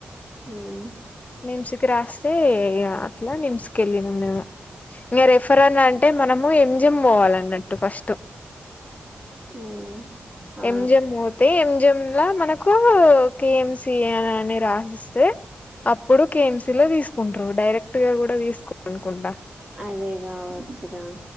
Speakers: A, on the right; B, on the left.
A: మ్మ్
B: నిమ్స్కి రాస్తే అట్ల నిమ్స్కెలినం మేము ఇంగ రెఫరాన్ అంటే మనము ఎం జం పోవాల అన్నట్టు ఫస్ట్
A: మ్మ్ ఆ
B: ఎం జం పోతే ఎం జం లా మనకు కే ఎం సి అనే రాసిస్తే అప్పుడు కే ఎం సీ లో తీసుకుంటారు డైరెక్ట్ గా కూడా తీసుకోనుకుంటా
A: అదే కావచ్చురా